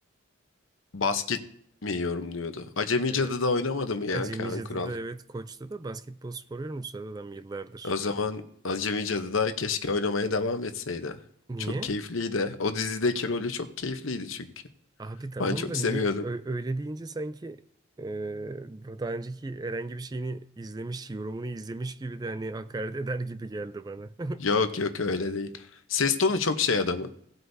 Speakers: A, on the left; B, on the right.
A: Basket mi yorumluyordu? Acemi
B: Evet.
A: Cadı'da oynamadı mı ya
B: Acemice'de
A: Kaan Kural?
B: de evet Koç'ta da basketbol spor yorumcusu adam yıllardır.
A: O zaman Acemi Cadı'da keşke oynamaya devam etseydi.
B: Niye?
A: Çok keyifliydi. O dizideki rolü çok keyifliydi çünkü.
B: Abi tamam
A: Ben çok
B: da
A: seviyordum.
B: niye ö- öyle deyince sanki e, bu daha önceki herhangi bir şeyini izlemiş, yorumunu izlemiş gibi de hani hakaret eder gibi geldi bana. <laughs>
A: Yok yok öyle değil. Ses tonu çok şey adamın.